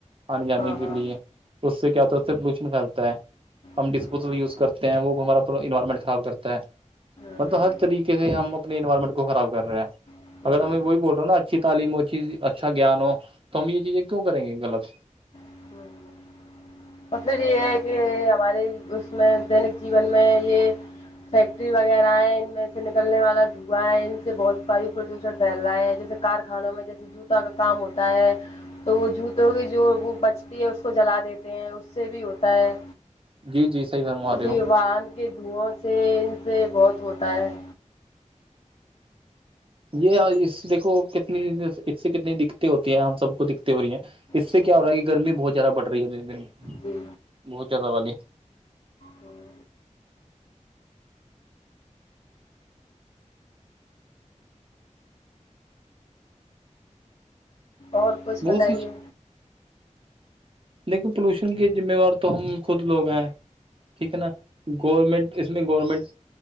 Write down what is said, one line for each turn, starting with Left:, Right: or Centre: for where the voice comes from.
Right: انے جانے
Left: ہاں
Right: کے
Left: ہاں
Right: لیے اس سے کیا ہوتا پولوشن پھیلتا ہے ہم
Left: جی
Right: ڈسپوزل یوز کرتے ہیں وہ ہمارا پورا انوائرمنٹ خراب کرتا ہے
Left: ہوں
Right: مطلب ہر طریقے سے ہم اپنے انوائرمنٹ کو خراب کر رہے ہیں
Left: ہوں
Right: اگر
Left: جی
Right: ہمیں وہی بول رہے ہو نا اچھی تعم ہو اچھی اچھا گیان ہو تو ہم یہ چیزیں کیوں کریں گے غلط
Left: ہوں اور پھر یہ ہے کہ ہمارے اس میں دینک جیون میں یہ فیکٹری وغیرہ ہے ان میں سے نکلنے والا دھوا ہے ان سے بہت ساری پردش پھل رہا ہے جیسے کارخانوں میں جیسے جوتا کا کام ہوتا ہے تو وہ جوتوں کی جو وہ بچتی ہے اس کو جلا دیتے اس سے بھی ہوتا ہے
Right: جی جی صحیح فرما رہے
Left: ج
Right: ہو
Left: ون دھوواں سے ان سے بہت ہوتا ہے
Right: یہ اس دیکو کتنی اس سے کتنی دقتیں ہوتی ہیں ہم سب کو دکھ دقتیں ہو رہی ہیں اس
Left: ہوں
Right: سے کیا ہو رہا ہے کہ گرمی بہت زیادہ بڑ رہی ہے دن دن
Left: جی
Right: بہت زیادہ والی
Left: ہوں، اور کچھ
Right: بہت
Left: بتائیے
Right: دیکھو پولوشن کے ذمہوار تو ہم خود لوگ ہیں ٹھیک ہے نا گورنمنٹ اس میں گورنمنٹ